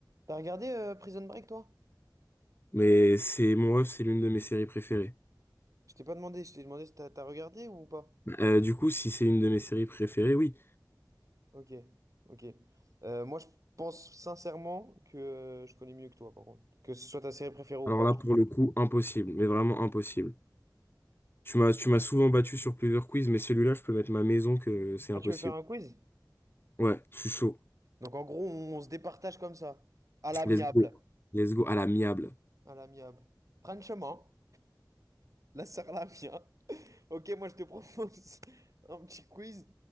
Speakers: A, on the right; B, on the left.
A: T'as regardé euh, Prison Break, toi?
B: Mais c'est mon rêve, c'est l'une de mes séries préférées.
A: Je t'ai pas demandé, je t'ai demandé si t'as t'as regardé ou pas.
B: Euh, du coup, si c'est une de mes séries préférées, oui.
A: Ok, ok. Euh, moi, je pense sincèrement que euh, je connais mieux que toi, par contre. Que ce soit ta série préférée ou
B: Alors
A: pas.
B: là, pour le coup, impossible, mais vraiment impossible. Tu m'as, tu m'as souvent battu sur plusieurs quiz, mais celui-là, je peux mettre ma maison que c'est impossible.
A: Ah, tu veux faire un quiz?
B: Ouais, je suis chaud.
A: Donc, en gros, on, on se départage comme ça. À l'amiable.
B: Let's go. Let's go à l'amiable.
A: À l'amiable. Franchement, la sœur la mienne. Ok, moi, je te propose <laughs> un petit quiz.